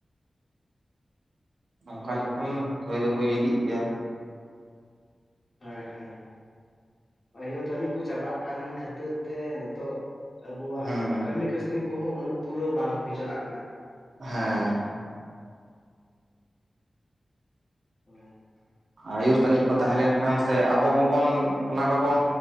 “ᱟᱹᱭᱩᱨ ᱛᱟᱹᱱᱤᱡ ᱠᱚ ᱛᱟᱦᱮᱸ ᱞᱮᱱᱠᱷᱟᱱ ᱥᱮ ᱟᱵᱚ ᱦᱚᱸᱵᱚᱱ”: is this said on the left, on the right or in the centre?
Right